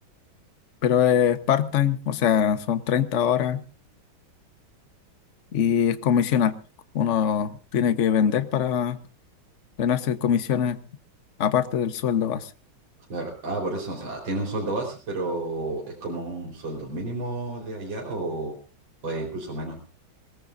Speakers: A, on the left; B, on the right.
A: pero es part-time, o sea, son 30 horas y es comisional. Uno tiene que vender para ganarse comisiones aparte del sueldo base.
B: Claro, ah, por eso, o sea, tiene un sueldo base, pero es como un sueldo mínimo de allá o, o es incluso menos.